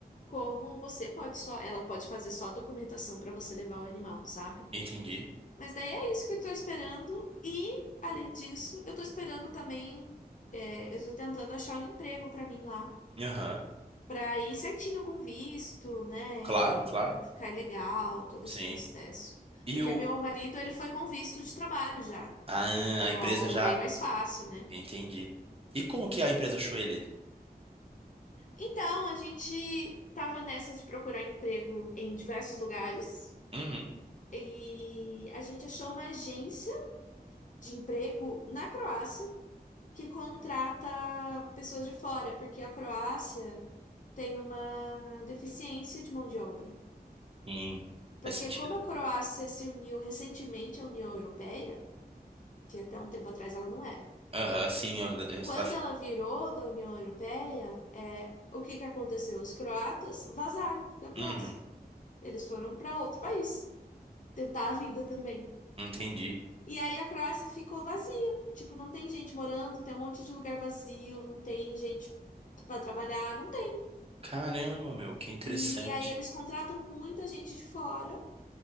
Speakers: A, on the left; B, on the right.
A: como você pode só. Ela pode fazer só a documentação para você levar o animal, sabe?
B: Entendi.
A: Mas daí é isso que eu tô esperando. E, além disso, eu tô esperando também. é, eu tô tentando achar um emprego pra mim lá.
B: Aham.
A: Pra ir certinho com visto, né?
B: Claro,
A: E
B: claro.
A: pra não ficar ilegal, todo
B: Sim.
A: esse processo.
B: E
A: Porque
B: o,
A: meu marido, ele foi com visto de trabalho já.
B: ah,
A: Então,
B: a empresa já,
A: bem mais fácil, né?
B: entendi. E como que a empresa achou ele?
A: Então, a gente tava nessa de procurar emprego em diversos lugares.
B: Uhum.
A: E a gente achou uma agência de emprego na Croácia. que contrata pessoas de fora, porque a Croácia tem uma deficiência de mão de obra.
B: Sim, faz
A: Porque
B: sentido.
A: como a Croácia se uniu recentemente à União Europeia, que até um tempo atrás ela não era,
B: Aham, sim, eu, eu,
A: quando
B: ela, fi-
A: ela virou da União Europeia, é, o que que aconteceu? Os croatas vazaram da Croácia.
B: uhum,
A: Eles foram para outro país tentar a vida também.
B: entendi.
A: E aí a Croácia ficou vazia. Tipo, não tem gente morando, tem um monte de lugar vazio, não tem gente para trabalhar, não tem.
B: Caramba, meu, que interessante.
A: E aí eles contratam muita gente de fora,